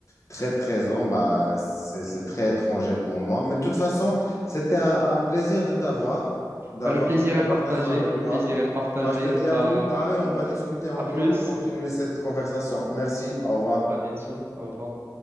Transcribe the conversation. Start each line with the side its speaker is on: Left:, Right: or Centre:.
Left: très présent, bah, c'est, c'est
Right: mhm.
Left: très étranger pour moi. Mais de toute façon, c'était un, un plaisir de t'avoir, d'avoir
Right: Ben, le plaisir
Left: cette conversation
Right: est partagé.
Left: avec
Right: Le
Left: toi.
Right: plaisir est partagé.
Left: Bah, je te dis à
Right: Ben,
Left: plus tard et on va discuter encore
Right: à plus.
Left: et continuer cette conversation. Merci, au revoir.
Right: Ben, bien sûr. Au revoir.